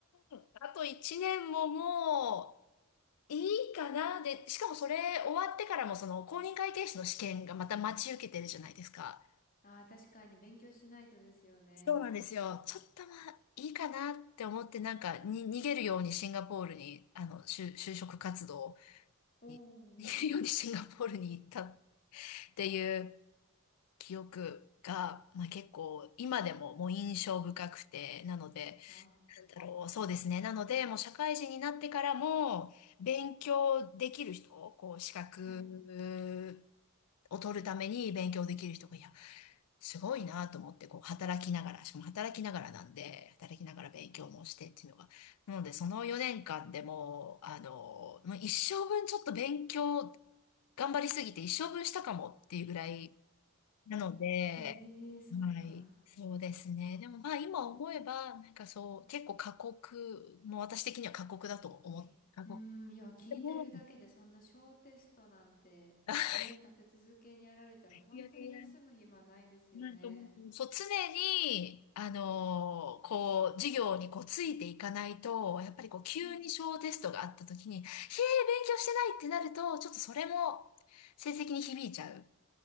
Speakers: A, on the left (about 85°); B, on the left (about 40°).
A: ーん、あと1年ももういいかな。で、しかもそれ終わってからもその公認会計士の試験がまた待ち受けてるじゃないですか。
B: ああ、確かに勉強しないとですよね。
A: そうなんですよ。ちょっとまあいいかなって思ってなんかに逃げるようにシンガポールに、あの、就、就職活動
B: お
A: に、逃げるようにシンガポールに行ったっ
B: ー、
A: ていう記憶が、まあ結構今でももう印象深くて、なので、
B: あ
A: だろう。そうですね。なので、もう社会人になってからも、勉強できる人、こう、資格
B: あ。はい。
A: を取るために勉強できる人が、いや、すごいなと思って、こう、働きながら、しかも働きながらなんで、働きながら勉強もしてっていうのが。なので、その4年間でもう、あの、もう一生分ちょっと勉強、頑張りすぎて一生分したかもっていうぐらい、なので、
B: えーそっか。
A: はい、そうですね。でもまあ今思えば、なんかそう、
B: うん
A: 結構過酷、もう私的には過酷だと思って、
B: え、うーん、
A: 過酷。
B: いや、聞いてるだけでそんな小テストなんて、
A: でも、<laughs>
B: ね、立て続けにやられたら本当に休む暇ないですよね。
A: いやいや、なんかもう、そう、常に、あのーこう、授業にこう、ついていかないと、やっぱりこう、急に小テストがあった時に、
B: うん。
A: へえ、勉強してないってなると、ちょっとそれも、成績に響いちゃう